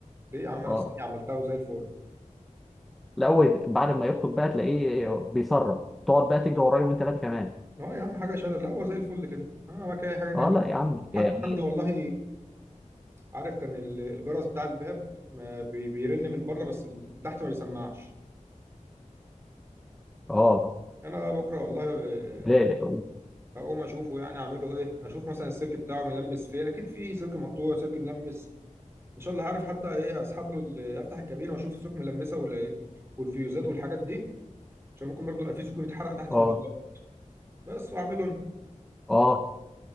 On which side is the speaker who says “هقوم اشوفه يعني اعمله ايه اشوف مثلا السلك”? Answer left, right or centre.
Right